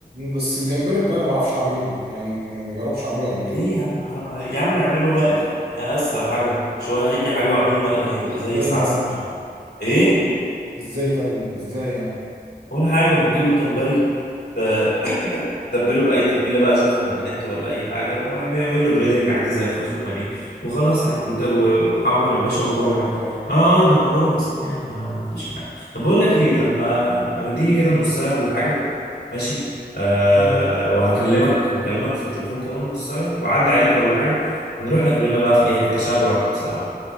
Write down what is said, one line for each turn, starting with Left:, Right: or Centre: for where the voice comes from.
Right: بس الجمبري بقى ما بعرفش أعمله يعني ما جربتش أعمله قبل كده
Left: ليه يا عم حرام عليك يا عم اعمله مقلي يا اسهل حاجة اهو شوية اي حاجة واعمله مقلي هيبقى
Right: إزاي
Left: زي العسل
Right: ده الم-
Left: ايه
Right: إزاي تعمل إزاي يعني
Left: ولا حاجة بتجيب الجمبري آه، تبله باي تتبيله بقى اشوفها من على النت ولا اي حاجه واعمل له بريدنج عادي زي فراخ البانيه وخلاص عادي وت- وحمر يا باشا
Right: في الزيت
Left: وكل
Right: على
Left: عادي
Right: طول بقى
Left: اه ده الموضوع بسيط يعني ما فيش حاجه طب بقول لك ايه طب ما ما تديني كده نص ساعه ولا حاجه ماشي آه
Right: ماشي
Left: وهكلمك هكلمك في التليفون كمان نص ساعه واعدي عليك ولا حاجه ونروح ناكل لنا بقى في اي حته شجوع بصراحه